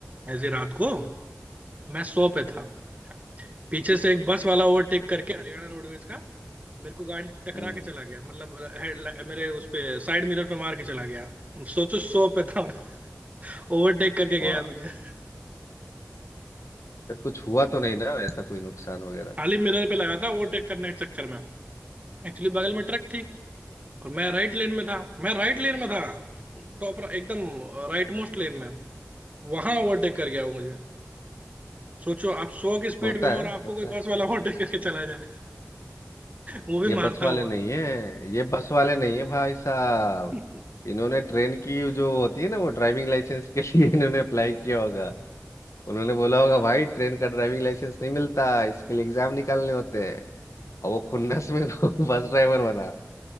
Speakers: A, on the right; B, on the left.
A: ऐसी रात को मैं सौ पे था पीछे से एक बस वाला ओवरटेक करके हरियाणा रोडवेज का मेरे को गाड़ी टकरा
B: हम्म
A: के चला गया मतलब हेड मेरे उस पे साइड मिरर पे मार के चला गया सोचो सौ पे था ओवरटेक करके गया
B: वाह
A: मुझे
B: फिर कुछ हुआ तो नहीं ना ऐसा कोई नुकसान वगैरह
A: खाली मिरर पे लगा था ओवरटेक करने के चक्कर में एक्चुअली बगल में ट्रक थी और मैं राइट लेन में था मैं राइट लेन में था टॉप एकदम राइट मोस्ट लेन में वहां ओवरटेक कर गया वो मुझे सोचो आप सौ की स्पीड
B: होता
A: में हो
B: है
A: और आपको
B: होता
A: कोई
B: है
A: बस वाला ओवरटेक करके चला जाए वो भी
B: ये
A: मारता
B: बस वाले
A: हुआ
B: नहीं है ये बस वाले नहीं है भाई साहब
A: <laughs>
B: इन्होंने ट्रेन की जो होती है ना वो ड्राइविंग लाइसेंस के लिए <laughs> इन्होंने अप्लाई किया होगा उन्होंने बोला होगा भाई ट्रेन का ड्राइविंग लाइसेंस नहीं मिलता इसके लिए एग्जाम निकालने होते हैं और वो खुन्नस में <laughs> वो बस ड्राइवर बना